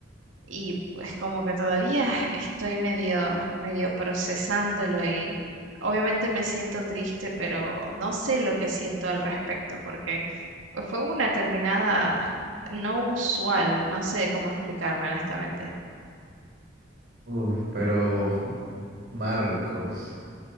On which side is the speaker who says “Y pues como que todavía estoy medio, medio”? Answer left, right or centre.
Right